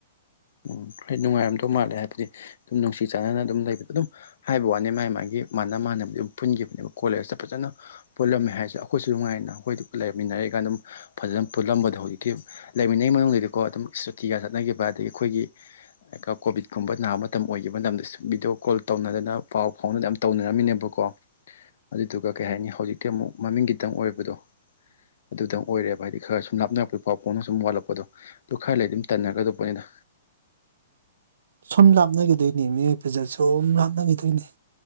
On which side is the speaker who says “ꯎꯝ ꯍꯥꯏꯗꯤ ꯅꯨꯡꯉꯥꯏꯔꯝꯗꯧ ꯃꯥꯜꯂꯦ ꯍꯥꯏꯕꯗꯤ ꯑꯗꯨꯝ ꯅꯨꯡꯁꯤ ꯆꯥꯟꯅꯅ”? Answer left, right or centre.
Left